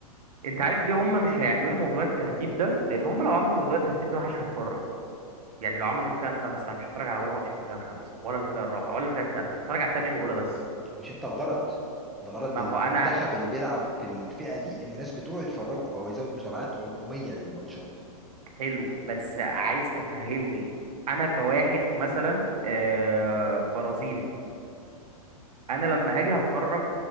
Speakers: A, on the right; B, in the centre.
A: انت عارف ليه هم مش هيعملوا موضوع الترتيب ده لان هم لو عملوا موضوع الترتيب ده محدش هيتفرج يعني لو عملوا الفئة الخامسة أنا مش هتفرج على ولا ماتش في الفئة الخامسة ولا الفئة الرابعة ولا الفئة التالتة هتفرج على التانية والأولى بس
B: فمش انت الغرض الغرض
A: ما
B: المنتخب
A: هو انا
B: اللي بيلعب في الفئة دي ان الناس بتوعه يتفرجوا فهو يزود متابعات عمومية للماتشات
A: الحلو بس عايز تفهمني انا كواحد مثلا آه، برازيلي انا لما هاجي هتفرج